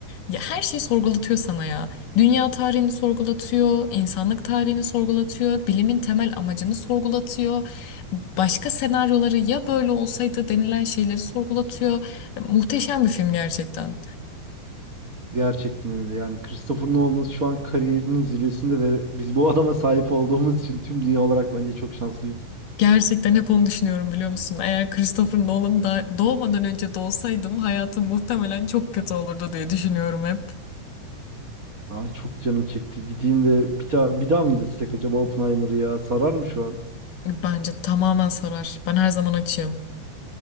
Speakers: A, on the left; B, on the right.
A: ya her şeyi sorgulatıyor sana ya. Dünya tarihini sorgulatıyor, insanlık tarihini sorgulatıyor, bilimin temel amacını sorgulatıyor. Başka senaryoları ya böyle olsaydı denilen şeyleri sorgulatıyor. Muhteşem bir film gerçekten.
B: Gerçekten öyle. Yani Christopher Nolan şu an kariyerinin zirvesinde ve biz bu adama sahip olduğumuz için tüm dünya olarak bence çok şanslıyız.
A: Gerçekten hep onu düşünüyorum biliyor musun? Eğer Christopher Nolan da doğmadan önce doğsaydım hayatım muhtemelen çok kötü olurdu diye düşünüyorum hep.
B: Aa, çok canım çekti. Gideyim de bir, ta- bir daha mı izlesek acaba Oppenheimer'ı ya? Sarar mı şu an?
A: Bence tamamen sarar. Ben her zaman açığım.